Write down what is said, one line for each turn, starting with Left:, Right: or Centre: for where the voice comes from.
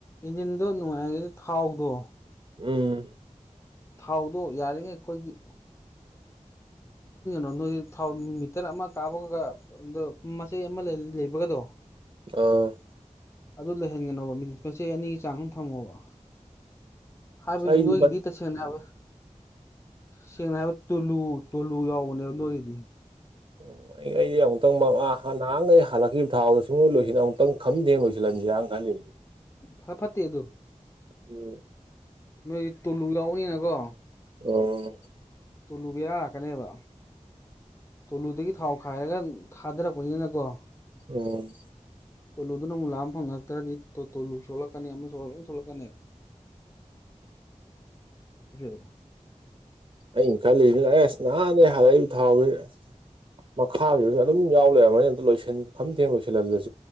Left: ꯏꯟꯖꯤꯟꯗꯣ ꯅꯨꯡꯉꯥꯏꯔꯒ ꯊꯥꯎꯗꯣ
Right: ꯎꯝ
Left: ꯊꯥꯎꯗꯣ ꯌꯥꯔꯤꯉꯩ ꯈꯣꯏꯒꯤ <unintelligible> ꯅꯣꯏ ꯊꯥꯎ ꯃꯤꯇꯔ ꯑꯃ ꯀꯥꯞꯕꯒꯒ <unintelligible> ꯃꯆꯩ ꯑꯃ ꯂꯩꯕꯒꯗꯣ
Right: ꯑ
Left: ꯑꯗꯨ ꯂꯩꯍꯟꯒꯅꯣꯕ <unintelligible> ꯃꯆꯩ ꯑꯅꯤꯒꯤ ꯆꯥꯡ <unintelligible> ꯊꯝꯃꯣꯕ ꯍꯥꯏꯕꯗꯤ
Right: ꯑꯩꯗꯤ
Left: ꯅꯣꯏꯒꯤꯗꯤ ꯇꯁꯦꯡꯅ ꯍꯥꯏꯕ ꯁꯦꯡꯅ ꯍꯥꯏꯕ ꯇꯨꯂꯨ ꯇꯨꯂꯨ ꯌꯥꯎꯕꯅꯦꯕ ꯅꯣꯏꯗꯤ
Right: <unintelligible> ꯑꯩ ꯑꯃꯨꯛꯇꯪ <unintelligible> ꯅꯍꯥꯟꯒꯩ ꯍꯜꯂꯛꯈꯤꯕ ꯊꯥꯎꯗꫭ <unintelligible> ꯑꯃꯨꯛꯇꯪ ꯈꯝ ꯊꯦꯡ ꯂꯣꯏꯁꯤꯜꯍꯟꯁꯤꯔꯥꯅ ꯈꯜꯂꯤ
Left: ꯐ ꯐꯠꯇꯦ ꯑꯗꯨ
Right: <unintelligible>
Left: ꯅꯣꯏꯗꯤ ꯇꯨꯂꯨ ꯌꯥꯎꯕꯅꯤꯅꯀꯣ
Right: ꯑꯣ
Left: ꯇꯨꯂꯨ ꯕꯦꯔꯥ ꯂꯥꯛꯀꯅꯦꯕ ꯇꯨꯂꯨꯗꯒꯤ ꯊꯥꯎ ꯈꯥꯏꯔꯒ ꯊꯥꯗꯔꯛꯄꯅꯤꯅꯀꯣ
Right: ꯎꯝ
Left: ꯇꯨꯜꯂꯨꯗꯨꯅ ꯑꯃꯨꯛ ꯂꯥꯝ ꯐꯪꯉꯛꯇ꯭ꯔꯗꯤ ꯇꯨꯜꯂꯨ ꯁꯣꯂꯛꯀꯅꯤ ꯑꯃ ꯁꯣꯛꯂꯛꯀꯅꯤ ꯂꯣꯏ ꯁꯣꯛꯂꯛꯀꯅꯦ <unintelligible>
Right: ꯑꯩ ꯈꯟꯂꯤꯖꯤꯅ ꯑꯦꯁ ꯅꯍꯥꯟꯗꯩ ꯍꯥꯜꯂꯛꯏ ꯊꯥꯎ <unintelligible> ꯃꯈꯥꯒꯤꯁꯨ ꯑꯗꯨꯝ ꯌꯥꯎ ꯂꯩꯔꯝꯃꯅꯤ ꯑꯝꯇ ꯂꯣꯏꯁꯟ ꯈꯝꯊꯦꯡ ꯂꯣꯏꯁꯜ <unintelligible>